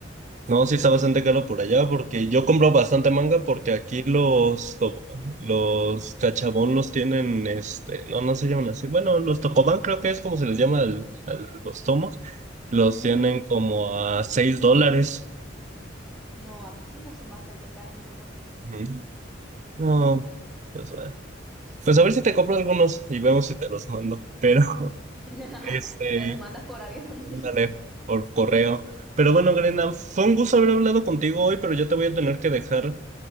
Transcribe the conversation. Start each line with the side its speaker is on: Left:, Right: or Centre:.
Right: No, sí está bastante caro por allá porque yo compro bastante manga porque aquí los to- los cachabón los tienen, este, no, no se llaman así. Bueno, los tocobán creo que es como se les llama al, al- los tomos. Los
Centre: Ujú.
Right: tienen como a 6 dólares.
Centre: No, acá sí va- son bastante caros, no sé por qué.
Right: Ujú. No, pues, eh, pues a ver si te compro algunos y vemos si te los mando. Pero, <laughs>
Centre: <laughs>
Right: este,
Centre: Me los mandas por avión. <laughs>
Right: mándale por correo. Pero bueno, Grena, fue un gusto haber hablado contigo hoy, pero yo te voy a tener que dejar.